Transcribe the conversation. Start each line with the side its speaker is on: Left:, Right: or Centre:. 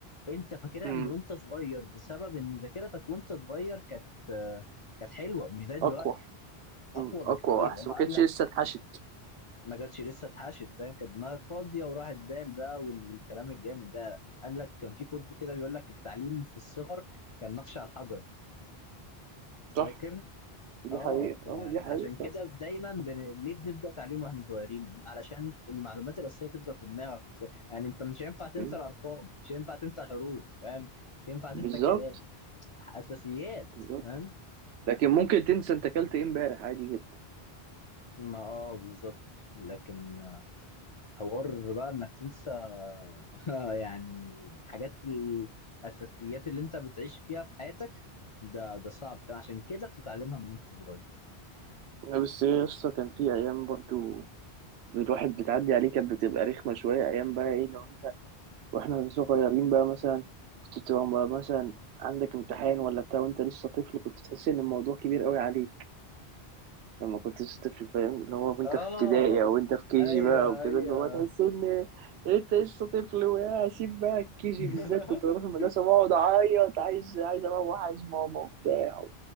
Left: انت فاكرها
Right: امم
Left: من وانت صغير بسبب ان ذاكرتك وانت صغير كانت آه، كانت حلوه مش زي دلوقتي
Right: اقوى
Left: اقوى
Right: مم. اقوى
Left: بكتير
Right: واحسن
Left: هو قال
Right: ما كانتش
Left: لك
Right: لسه اتحشت
Left: ما جاتش لسه اتحشت فاهم كانت دماغك فاضيه وراحت دال بقى وال- والكلام الجامد ده قال لك كان في كتب كده بيقول لك التعليم في الصغر كان نقش على الحجر فاكر
Right: صح دي
Left: اه
Right: حقيقة
Left: يعني
Right: اه دي حقيقة
Left: عشان كده
Right: صح
Left: دايما بن... ليه بنبدا تعليم واحنا صغيرين علشان المعلومات الاساسيه تفضل في دماغك وت... يعني انت مش هينفع تنسى
Right: مم.
Left: الارقام مش هينفع تنسى الحروف فاهم مش هينفع
Right: بالظبط
Left: تنسى الكلام اساسيات
Right: بالظبط
Left: فاهم
Right: لكن ممكن تنسى انت اكلت ايه امبارح عادي جدا
Left: ما اه بالظبط لكن حوار بقى انك تنسى <laughs> يعني حاجات الاساسيات اللي انت بتعيش فيها في حياتك ده ده صعب فعشان كده بتتعلمها من وانت صغير
Right: لا، بس ايه يا اسطى كان في ايام برضو الواحد بتعدي عليه كانت بتبقى رخمة شوية ايام بقى ايه لو انت واحنا صغيرين بقى مثلا كنت بتبقى مثلا عندك امتحان ولا بتاع وانت لسه طفل كنت تحس ان الموضوع كبير قوي عليك لما كنتش طفل فاهم اللي هو وانت
Left: اه
Right: في ابتدائي او انت في
Left: ايوه
Right: جي بقى وكده
Left: ايوه
Right: اللي هو تحس ان انت لسه طفل وهسيب بقى جي
Left: <laughs>
Right: بالذات كنت بروح المدرسه بقعد اعيط عايز عايز اروح عايز ماما وبتاع